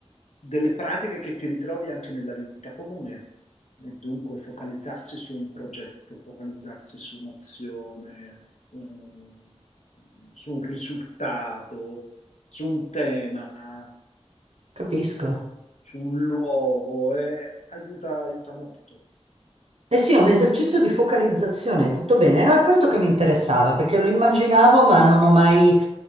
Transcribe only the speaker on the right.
capisco.
Eh sì, è un esercizio di focalizzazione, hai detto bene. No, è questo che mi interessava, perché lo immaginavo, ma non ho mai,